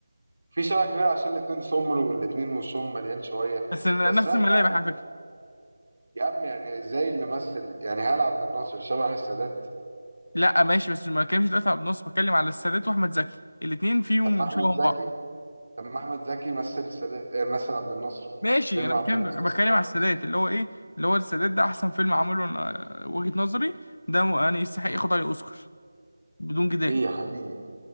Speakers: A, on the right; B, on the left.
A: في شبه كبير عشان الاتنين سمر والاتنين وشهم مليان شويه
B: بس أنا
A: بس
B: نفس
A: لا
B: الملامح
A: يا عم
B: على فكرة
A: يا عم يعني زي اللي مثل يعني هل عبد الناصر شبه السادات
B: لا ماشي بس ما بتكلمش دلوقتي على النص بتكلم على السادات وأحمد زكي الاتنين فيهم
A: طب احمد
B: شبه
A: زكي
B: بعض
A: طب ما احمد زكي مثل السادات آه مثل عبد الناصر
B: ماشي
A: فيلم
B: أنا
A: عبد
B: بتكلم
A: الناصر
B: أنا
A: 56
B: بتكلم على السادات اللي هو إيه اللي هو السادات ده أحسن فيلم عمله أنا- وجهة نظري ده م- يعني يستحق ياخد عليه أوسكار بدون جدال
A: ليه يا حبيبي